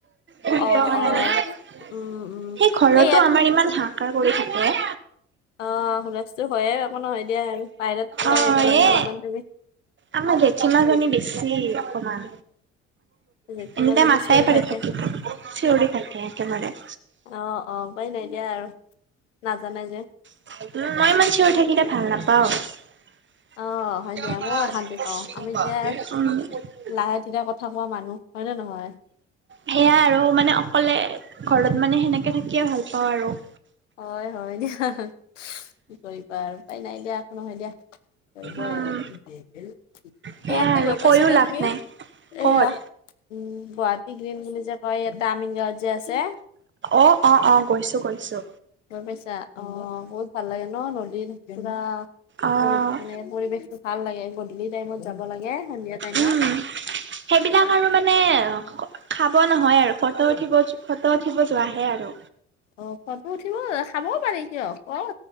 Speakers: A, on the right; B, on the left.
A: ফুৰিব
B: অ
A: কাৰণে।
B: অ উম, উম,
A: ঘৰতো
B: এই ইয়াত
A: আমাৰ ইমান হাহাকাৰ কৰি থাকে।
B: অ, হুলস্থটো হয়য়ে এককো নহয় দিয়া আৰু বাহিৰত ওলাই
A: অ',
B: আহিব লাগে
A: এ
B: অলপমান তুমি।
A: আমাৰ জেঠীমাজানী বেছি অকমান।
B: জেঠীমাজনী
A: এনিতাইম মাতাই
B: চিঞৰি
A: পাৰি
B: থাকে
A: থাকি চিঞৰি থাকে একেবাৰে।
B: অ', অ', ওপায় নাইতিয়া আৰু নাজানে যে।
A: উম, মই ইমান চিঞৰি থাকিলে ভাল নাপাওঁ। উম,
B: অ', হয় দিয়া ময়ো অশান্তি পাওঁ আমি এতিয়া লাহে ধীৰে কথা কোৱা মানুহ হয়নে নহয়।
A: সেয়াই আৰু মানে অকলে ঘৰত মানে সেনেকে থাকিয়ে ভাল পাওঁ আৰু।
B: হয় - হয় দিয়া কি কৰিবা আৰু ওপায় নাই দিয়া নহয় দিয়া। কৰিব
A: উম,
B: ইয়াতে
A: সেয়াই আৰু
B: গৈ
A: কৈও
B: পাইছানে
A: লাভ
B: তুমি
A: নাই। ক'ত?
B: এয়া। উম, গুৱাহাটী গ্ৰীণ বুলি যে কয় ইয়াত দামিন গাঁৱত যে আছে।
A: অঁ, অঁ, অঁ ', গৈছো - গৈছো।
B: গৈ পাইছা অ, বহুত ভাল লাগে ন নদীৰত পোৰা
A: অ',
B: পৰি মানে পৰিৱেশটো ভাল লাগে গধূলি টাইমত যাব লাগে সন্ধিয়া টাইমত।
A: উম। সেইবিলাক আৰু মানে খাব নহয় আৰু ফটো উঠিব - ফটো উঠিব যোৱাহে আৰু।
B: অ, ফটো উঠিব চাবও পাৰি কিয় কচ